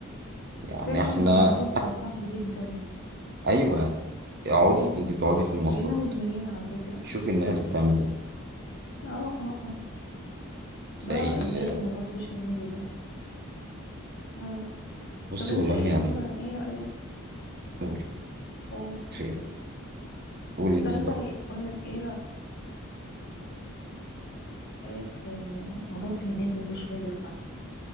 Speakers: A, on the right (about 50°); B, on the left (about 50°).
A: يعني
B: فعلا
A: احنا
B: الموضوع بقى صعب جدا
A: ايوه اقعدي انت بتقعدي في المواصلات
B: بقينا مدمنين على فكرة
A: شوفي الناس بتعمل ايه
B: اه اه اه
A: تلاقي
B: ده
A: ال...
B: ادمان موضوع السوشيال ميديا ده مم.
A: بصي
B: طب انت
A: والله
B: ايه
A: يعني
B: مثلا ايه رأيك
A: قولي
B: قول
A: في ايه قولي
B: كنت
A: انت
B: عايزة
A: الاول
B: ايه- اقول لك ايه رأيك في موضوع الترندات اللي كل شوية بيطلع ده